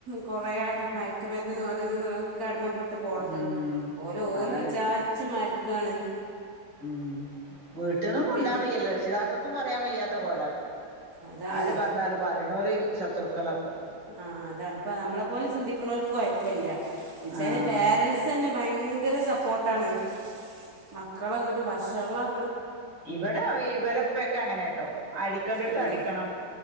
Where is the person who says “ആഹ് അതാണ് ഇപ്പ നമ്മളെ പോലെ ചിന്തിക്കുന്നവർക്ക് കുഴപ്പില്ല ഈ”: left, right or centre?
Right